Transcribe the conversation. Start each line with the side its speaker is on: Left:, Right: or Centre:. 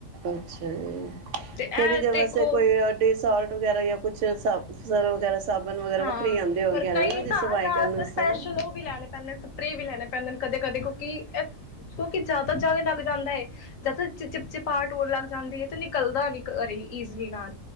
Right: ਅੱਛਾ ਜੀ
Left: ਤੇ ਇਹ
Right: ਫੇਰ ਇਹਦੇ
Left: ਦੇਖੋ
Right: ਵਾਸਤੇ ਕੋਈ ਡਾਸਾਇਟ ਵਗੈਰਾ ਜਾਂ। ਕੁਛ ਸਰਫ ਵਗੈਰਾ। ਸਾਬਣ ਵਗੈਰਾ
Left: ਹਾਂ
Right: ਵੱਖਰੇ ਹੀ ਆਉਂਦੇ ਹੋਣਗੇ
Left: ਹੋਰ
Right: ਹਨਾ
Left: ਕਈ
Right: ਨਾ ਜੀ
Left: ਤਾਂ
Right: ਸਫਾਈ
Left: ਅਨਾਸ
Right: ਕਰਨ ਵਾਸਤੇ
Left: ਸਪੈਸ਼ਲ
Right: ਨਾ।
Left: ਉਹ ਵੀ ਲੈਣੇ ਪੈਂਦੇ ਸਪਰੇ ਵੀ ਲੈਣੇ। ਪੈਂਦੇ ਨੇ ਕਦੇ ਕਦੇ ਕਿਉਂਕਿ ਇਹ ਕਿਉਂਕਿ ਜਿਆਦਾ ਜੰਗ ਲੱਗ ਜਾਂਦਾ ਹੈ ਜਿਆਦਾ ਚਿਪਚਿਪਾ ਹੋਣ ਲੱਗ ਜਾਂਦੀ ਹੈ ਤੇ ਨਿਕਲਦਾ ਨੀ ਕਈ ਵਾਰ ਈਜਲੀ ਨਾਲ।